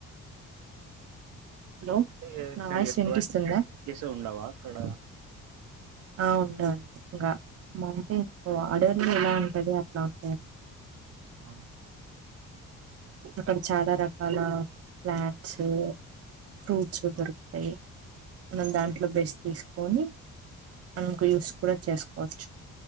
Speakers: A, on the right (about 50°); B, on the right (about 90°).
A: హలో
B: అంటే <unintelligible>
A: నా వాయిస్ వినిపిస్తుందా
B: ఫస్ ఉండవా అక్కడ
A: ఆ ఉండలి ఇంకా మౌంటెన్ ఆర్డర్లు ఎలా ఉంటాంది అట్లా ఉంటాయి
B: ఆ
A: అక్కడ చాలా రకాల ప్యాంట్స్ ఫ్రూట్స్ దొరుకుతాయి
B: ఆ
A: మనం దాంట్లో బెస్ తీసుకొన్ని మనకు యూస్ కూడా చేసుకోవచ్చు